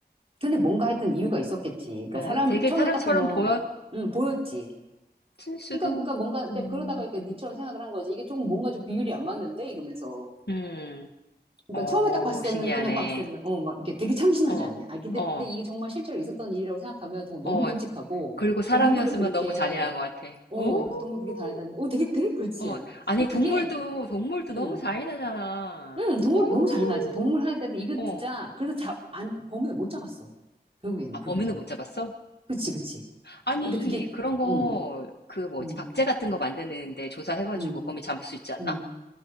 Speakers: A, on the right (about 35°); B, on the left (about 75°).
A: 근데 뭔가 했던 이유가 있었겠지. 그러니까
B: 어,
A: 사람
B: 되게
A: 처음에
B: 사람처럼
A: 딱 보면
B: 보였
A: 응, 보였지.
B: 을 수도.
A: 그러니까 그러니까 뭔가 근데
B: 음,
A: 그러다가 그러니까 니처럼 생각을 한 거지. 이게 조금 뭔가 좀 비율이 안 맞는데 이러면서.
B: 음,
A: 그러니까
B: 어,
A: 처음에 딱 봤을
B: 신기하네.
A: 때는 그냥 봤을 때는 어 막 이게 되게 참신하지
B: 어,
A: 않냐. 아 근데,
B: 어,
A: 근데 이게 정말 실제로 있었던 일이라고 생각하면 정말
B: 어.
A: 너무 끔찍하고
B: 그리고 사람이었으면
A: 동물을 그렇게
B: 너무 잔인한 것 같아.
A: 어
B: 오,
A: 그 동물 그렇게 다녔다는 어 되게 되게 그렇지.
B: 어,
A: 그러니까
B: 아니, 동물도,
A: 그게
B: 동물도 너무
A: 음.
B: 잔인하잖아.
A: 음, 동물
B: 오,
A: 너무 잔인하지. 동물 할 때도 이거
B: 어.
A: 진짜 그래서 자, 안, 범인을 못 잡았어. 결국에는
B: 아,
A: 그게.
B: 범인은 못 잡았어?
A: 그치, 그치.
B: 아니,
A: 근데 그게
B: 그런 거,
A: 음.
B: 그 뭐지,
A: 음,
B: 박제 같은 거 만드는데 조사해가지고
A: 음,
B: 범인 잡을 수 있지 않나?
A: 음.